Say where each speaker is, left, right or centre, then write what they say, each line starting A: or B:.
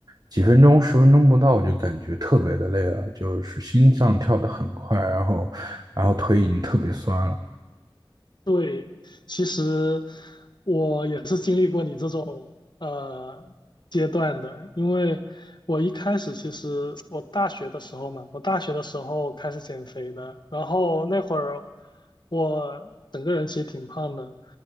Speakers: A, on the right; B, on the left.
A: 几分钟、十分钟不到，我就感觉特别的累了，就是心脏跳得很快，然后然后腿已经特别酸了。
B: 对，其实我也是经历过你这种呃阶段的，因为我一开始其实我大学的时候嘛，我大学的时候开始减肥的，然后那会儿我整个人其实挺胖的，